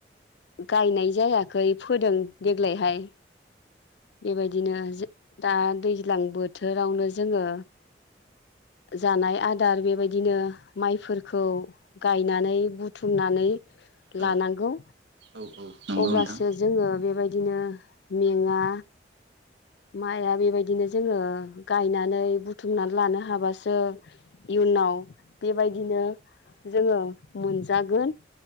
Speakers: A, on the left (about 70°); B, on the right (about 75°).
A: गायनाय जायाखै फोदों देग्लायहाय बेबायदिनो दा दैज्लां बोथोरावनो जोङो जानाय आदार बेबायदिनो माइफोरखौ गायनानै थुमनानै
B: औ
A: लानांगौ।
B: औ औ नंगौ
A: अब्लासो
B: नोंथां
A: जोङो बेबाय दिनो मेङा। माइआ बेबायदिनो जोङो गायनानै बुथुमनानै लानो हाबासो इयुनाव बेबायदिनो जोङो मोनजागोन।